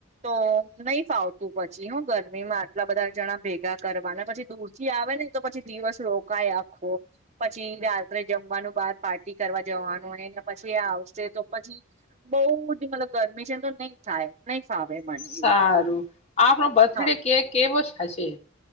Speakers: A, on the right (about 30°); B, on the left (about 30°).
A: તો નહી ફાવ પછી હું ગરમીમાં આટલા બધા જણા ભેગા કરવાના પછી દૂર થી આવે ને તો પછી દિવસ રોકાાય આખો પછી રાત્રે જમવાનું બહાર પાર્ટી કરવા જવાનું હોય. પછી આ આવશે તો પછી બઉુધી મતલબ ગરમી છેને તો નહી થાય. નહી ફાવે મને
B: સારું
A: એવું
B: આપનો બર્થડે
A: હા
B: કે કેવો છે. ખશે.